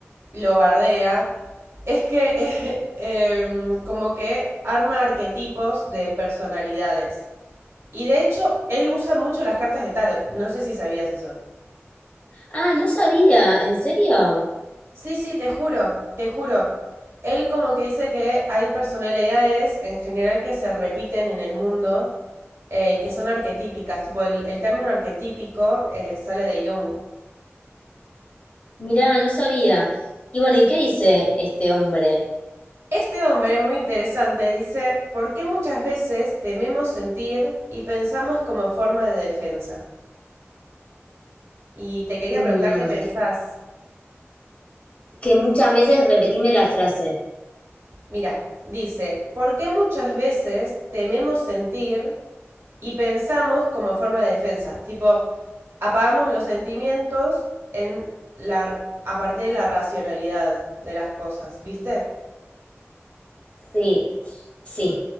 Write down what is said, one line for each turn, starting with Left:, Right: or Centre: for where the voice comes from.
Right: lo bardea, es que <laughs> eh, em, como que arma arquetipos de personalidades. Y de hecho, él usa mucho las cartas de tarot, no sé si sabías eso.
Left: Ah, no sabía, ¿en serio?
Right: Sí, sí, te juro, te juro. Él como que dice que hay personalidades en general que se repiten en el mundo eh, y que son arquetípicas, tipo el, el término arquetípico eh, sale de Jung.
Left: Mirá, no sabía. Y bueno, ¿y qué dice este hombre?
Right: Este hombre, muy interesante, dice, ¿por qué muchas veces tememos sentir y pensamos como forma de defensa? Y te quería
Left: Mm,
Right: preguntar qué pensás.
Left: que muchas veces repetime la frase.
Right: Mira, dice, ¿por qué muchas veces tememos sentir y pensamos como forma de defensa? Tipo, apagamos los sentimientos en la, a partir de la racionalidad de las cosas, ¿viste?
Left: Sí, sí.